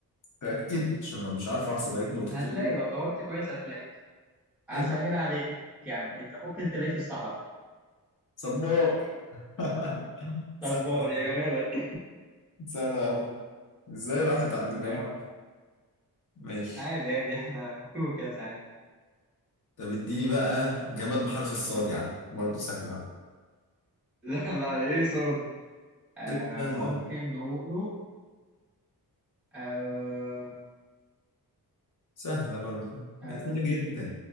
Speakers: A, on the left; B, in the centre.
A: تأكد عشان لو مش عارفه أحسب عليك نقطتين
B: هتلاقي لو دورت كويس هتلاقي هسهل
A: أنت
B: عليك يا عم انت ممكن تلاقيه في الصحراء
A: صبار <laughs>
B: صبار
A: سهلة
B: يا جمالك
A: سهلة أوي إزاي راحت
B: <laughs>
A: عند دماغي
B: اه
A: ماشي
B: عادي عادي احنا بنتوه كده ساعات
A: طب اديني بقى جماد بحرف الصاد يا عم برضه سهلة أوي
B: <laughs> لا لا ايه صاد آه
A: إيه سهلة
B: ممكن
A: أوي
B: نقوله آه
A: سهلة برضه يعني
B: آه
A: سهلة جدا